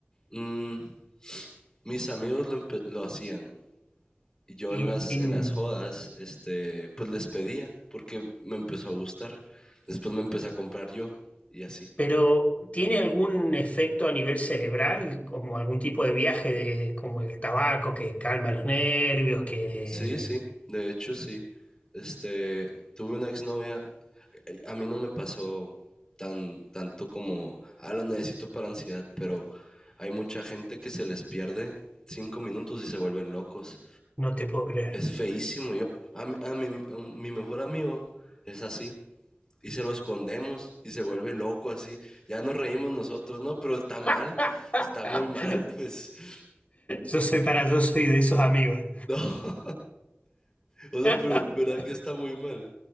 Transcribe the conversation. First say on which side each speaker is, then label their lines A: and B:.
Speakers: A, on the left; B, on the left.
A: Mm, mis amigos lo, empe- lo hacían. Y Yo
B: Y,
A: en las,
B: y-
A: en las jodas, este, pues les pedía porque me empezó a gustar. Después me empecé a comprar yo y así.
B: pero ¿tiene algún efecto a nivel cerebral, como algún tipo de viaje, de, como el tabaco que calma los nervios, que
A: Sí, sí, de hecho sí. Este, tuve una exnovia, eh, a mí no me pasó tan tanto como, ah, lo necesito para ansiedad, pero hay mucha gente que se les pierde cinco minutos y se vuelven locos.
B: no te puedo creer?
A: Es feísimo. Yo, a, mi- a mi, a un- mi mejor amigo es así. Y se lo escondemos y se vuelve loco así. Ya nos reímos nosotros, ¿no? Pero está mal.
B: <laughs>
A: Está muy mal, pues. <laughs>
B: Yo soy para, yo soy de esos amigos.
A: No, O sea,
B: <laughs>
A: pero verdad que está muy mal.